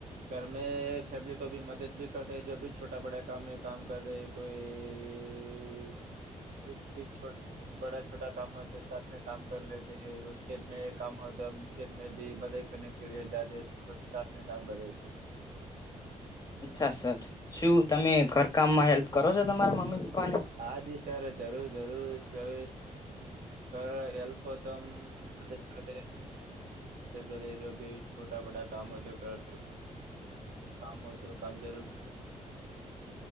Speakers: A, on the right; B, on the left.
A: ઘર મે ફેમલી કોભી મદદ ભી કરતે હે જો ભી છોટા બડા કામ કામ કરે. કોઈ કુછ ભી છોટ છોટા કામ હો તો સાથ મે કામ કર લેતે હે કોઈ ખેતમાં કામ હો તો ખેતમે બી મદદ કે લિએ જાતે થે સબ સાથ મેં કામ કરે છે.
B: અચ્છા સર શું તમે ઘરકામમાં હેલ્પ કરો છો તમારા મમ્મી પપ્પાને.
A: હાજ સર જરૂર જરૂર જો. કર હેલ્પ હો તો મદદ કરતે હૈ. ઘરે જો ભી છોટા બડા કામ હોય તો કર. કામ હો તો કામ જરૂર